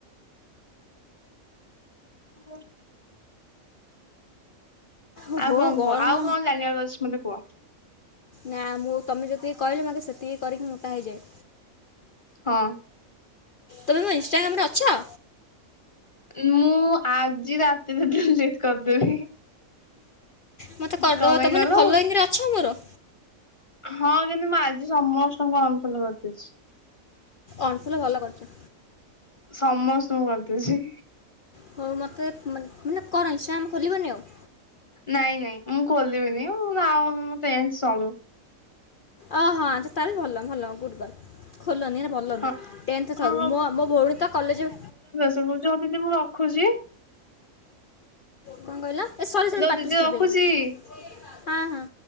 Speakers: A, on the left; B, on the left.
A: ହଁ।
B: ଓହୋ
A: ଆଉ କଣ
B: ଗରମ
A: କୁହ ଆଉ କଣ ଜାଣିବାର ଅଛି ମତେ କୁହ?
B: ନା ମୁଁ ତମେ ଯେତିକି କହିଲ ମୁ ଆଗେ ସେତିକି କରିକି ମୋଟା ହେଇଯାଏ।
A: ହଁ।
B: ତମେ ମୋ ଇନ୍ଷ୍ଟାଗ୍ରାମରେ ଅଛ?
A: ମୁଁ ଆଜି ରାତିରେ ଦିନ ଡିଲେଟ୍ କରିଦେବି।
B: ମତେ କରିଦବ
A: କଣ ପାଇଁ
B: ତ
A: କହିଲ
B: ମାନେ ଫଲୋଇଙ୍ଗ୍ ଅଛ ମୋର?
A: ହଁ କିନ୍ତୁ ମୁଁ ଆଜି ସମସ୍ତଙ୍କୁ ଅନଫଲୋ କରିଦେଇଛି।
B: ଅନଫଲୋ ଭଲ କରିଛ।
A: ସମସ୍ତଙ୍କୁ କରିଦେଇଛି।
B: ହଉ ମତେ ମାନେ ମାନେ କଣ ଇନଷ୍ଟାଗ୍ରାମ ଖୋଲିବନି ଆଉ?
A: ନାଇଁ ନାଇଁ ମୁଁ ଖୋଲିବିନି ଆଉ ମୋ ଆଉ ମୋ ଟେନ୍ ସରୁ।
B: ଓ ହଁ ତାହେଲେ ଭଲ ଭଲ ଗୁଡଗାର୍ଲ୍। ଖୋଲନି ଏରା ଭଲ ନୁହ
A: ହଁ
B: ଟେନ୍ଥ ସରୁ
A: ହଁ
B: ମୋ ମୋ ଭଉଣୀ ତ କଲେଜ।
A: ହୋଉ ଯୋଉ ଦିଦି ମୁଁ ରଖୁଛି?
B: କଣ କହିଲ ଏ ସରି
A: ହ୍ୟାଲୋ
B: ସରି ପାଟିରୁ
A: ଦିଦି
B: ସ୍ଲିପ
A: ରଖୁଛି।
B: ହେଇଗଲା। ହଁ ହଁ